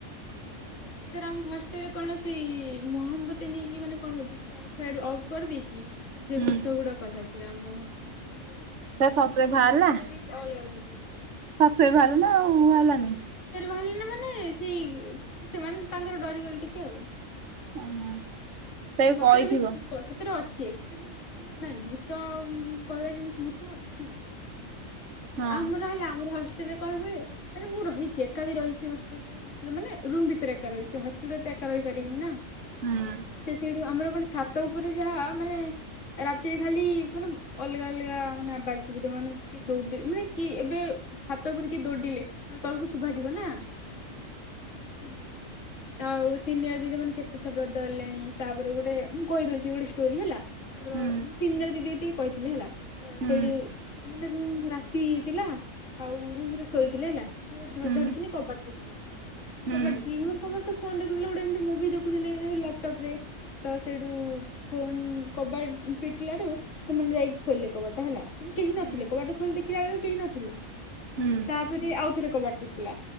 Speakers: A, on the left; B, on the right.
A: ହୁଁ ଏଥିରେ ଆମ ଭଏସ ରେ କଣ ସେଇ ମହମତୀ ନେଇକି ମାନେ କଣ କହୁ ଲାଇଟ ଫାଇଟ ଅଫ୍ କରିଦେଇକି ସେ
B: ହୁଁ
A: ଭୂତ କୁ ଡକା ଚାଲିଥିଲା ଆମ ହଷ୍ଟଲରେ ମାନେ ମୋ ରୁମରେ
B: ତାହେଲେ
A: ଡାକୁଥିଲା
B: ସତରେ ବାହାରିଲା?
A: ମୁଁ ପଳେଇଲି ଅଲଗା ରୁମକୁ।
B: ସତରେ ବାହାରିଲା ନା ଆଉ ବାହାରିଲାନି?
A: <inaudible> ବାହାରିଲେ ନା ମାନେ ସେଇ ସେମାନେ ତାଙ୍କର ଡରିଗଲେ ଟିକେ ଆଉ
B: ଓହୋ ସେ
A: ନାଇଁ ସତରେ
B: କହିଥିବ
A: ବି ଥିବ ସତରେ ଅ ଛି <inaudible> ମାନେ ନାଇଁ ଭୂତ କହିବା ଜିନିଷ ଭୂତ ଅଛି।
B: ହଁ
A: ଆମର ହେଲା ଆମର ହଷ୍ଟେଲରେ କଣ ହୁଏ ମାନେ ମୁଁ ରହିଛି ଏକା ବି ରହିଛି ହଷ୍ଟେଲରେ। ହଷ୍ଟେଲ ମାନେ ରୁମ ଭିତରେ ଏକା ରହିଚି ହଷ୍ଟେଲରେ ତ ଏକା ରହିପାରିବି ନା।
B: ହୁଁ
A: ତ ସେଇଠୁ ଆମର ଗୋଟେ ଛାତ ଉପରେ ଯାହା ମାନେ ରାତିରେ ଖାଲି ମାନେ ଅଲଗା ଅଲଗା ମାନେ ଆବାଜ ସୁବୁଥୁବ ମାନେ କି ଦୌ ମାନେ କି ଏବେ ଛାତ ଉପରେ କିଏ ଦୌଡିଲେ ମାନେ ତଳକୁ ଶୁଭାଯିବ ନା। ଏମିତି ହୁଏ, ତ ଆଉ ସିନିୟର ଦିନ ମାନେ କେତେ ତ ଡରିଲଣି ତାପରେ ଗୋଟେ ମୁଁ କହିଦଉଛି ଗୋଟେ ଷ୍ଟୋରି ହେଲା। ଆମର
B: ହୁଁ
A: ସିନିୟର ଦିଦି ଯେତିକି କହିଥିଲି ହେଲା, ଅ
B: ହୁଁ
A: ସେଇଠି ମାନେ ରୁମ ରା ତି ହେଇଥିଲା ଆଉ ରୁମ ରେ ଶୋଇଥିଲା ହେଲା କିଏ ଗୋଟେ ଧଡ଼
B: ହୁଁ
A: ଧଡ଼ କିନି କବାଟ ପି
B: ହୁଁ ହୁଁ
A: କବାଟ <unintelligible> ସମସ୍ତେ ଫୋନ ଦେଖୁଥିଲେ ଗୋଟେ ମୁଭି ମୁଭି ଦେଖୁଥିଲେ ଲପଟପରେ ତ ସେଇଠୁ ଫୋନ କବାଟ ପିଟିଲାଟୁ ସେମାନେ ଯାଇକି ଖୋଲିଲେ କବାରଟା ହେଲା। ମାନେ କେହି
B: ହୁଁ
A: ନଥିଲେ କବାଟ ଖୋଲି ଦେଖିଲା ବେଳେକୁ କେହି ନଥିଲେ
B: ହୁଁ
A: ତାପରେ ଆଉ ଥରେ କବାଟ ପି ଟୀଲା